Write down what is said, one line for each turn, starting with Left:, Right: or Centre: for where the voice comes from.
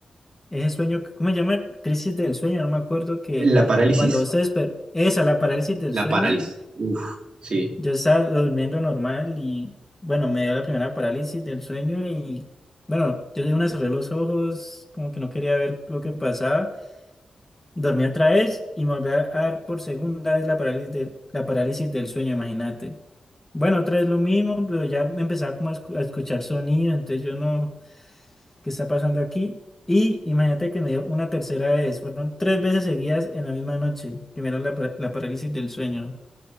Left: ese sueño, que- ¿cómo se llama? Crisis del sueño, no me acuerdo que
Right: ¿La parálisis?
Left: cuando vos te desper- esa, la parálisis del
Right: La
Left: sueño,
Right: parálisis. Uf, sí.
Left: yo estaba durmiendo normal y bueno, me dio la primera parálisis del sueño y bueno, yo de una cerré los ojos, como que no quería ver lo que pasaba, dormí otra vez y me volví a dar por segunda vez la parálisis del, la parálisis del sueño, imagínate. Bueno, otra vez lo mismo, pero ya me empezaba como a escu- a escuchar sonidos, entonces yo no... que está pasando aquí? Y imagínate que me dio una tercera vez. Fueron tres veces seguidas en la misma noche. Primero la, pa- la parálisis del sueño.